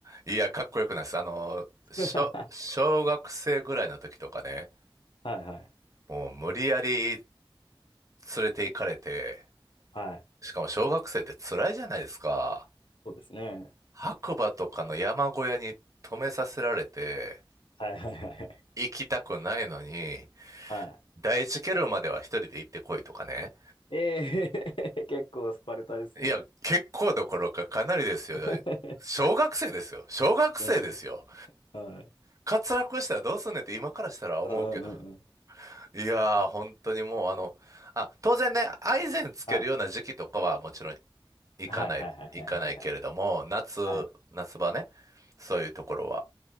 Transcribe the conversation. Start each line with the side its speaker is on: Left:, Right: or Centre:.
Right: いや、かっこよくないです。あの、小、
Left: <laughs>
Right: 小学生ぐらいの時とかね、
Left: はいはい。
Right: もう無理やり連れて行かれて、
Left: はい。
Right: しかも小学生って辛いじゃないですか。
Left: そうですね。
Right: 白馬とかの山小屋に泊めさせられて、
Left: はいはいはいはい。
Right: 行きたくないのに、
Left: は
Right: 第一ケルンまでは一人で行ってこいとかね。
Left: い。ええー、<laughs> 結構スパルタですね。
Right: いや、結構どころかかなりですよ。
Left: <laughs>
Right: 小学生ですよ。小学生ですよ。
Left: うん。はい。
Right: 滑落したらどうすんねんって今からしたら思うけど。
Left: うんうんうんうん。
Right: いやー、本当にもうあの、あ、当然ね、アイゼンつけるような時期とかはもちろん
Left: はい。
Right: 行かない、
Left: はいはいはいはいはいはい。
Right: 行かないけれども、夏、
Left: はい。
Right: 夏場ね。そういうところは。